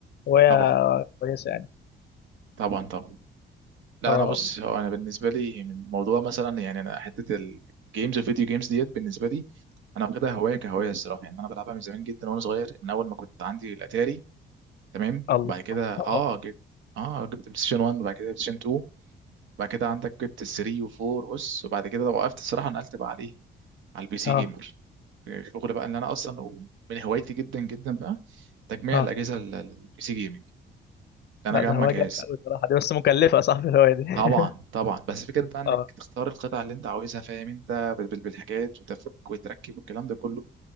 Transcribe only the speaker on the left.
هوايه
كويسه يعني
اه
الله
اه
اه
اه
لا
ده هواية
جامدة أوي صراحة دي بس مكلفة يا صاحبي الهواية دي <laughs>
اه